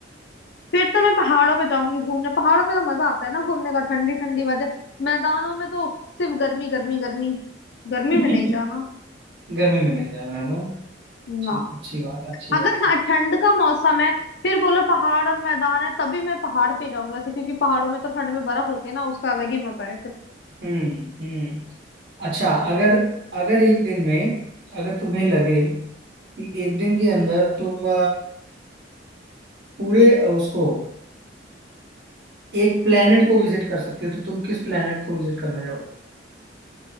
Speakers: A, on the left; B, on the right.
A: फिर तो मैं पहाड़ों पे जाऊंगी घूमने पहाड़ों पे तो मजा आता है ना घूमने का ठंडी ठंडी वजह मैदानों में तो सिर्फ गर्मी गर्मी गर्मी गर्मी
B: <laughs>
A: में नहीं जाना
B: गर्मी में नहीं जाना है ना
A: ना
B: चलो अच्छी बात है, अच्छी
A: अगर
B: बात
A: हाँ
B: है।
A: ठंड का मौसम है फिर बोलो पहाड़ और मैदान है तभी मैं पहाड़ पे जाऊंगी वैसे क्योंकि पहाड़ों में तो ठंड में बर्फ होती है ना उसका अलग ही मजा है फिर
B: हम्म हम्म अच्छा
A: हम्म।
B: अगर अगर एक दिन में अगर तुम्हें लगे कि एक दिन के अंदर तुम पूरे अ, उसको एक प्लेनेट को विजिट कर सकते हो तो तुम किस प्लेनेट को विजिट करना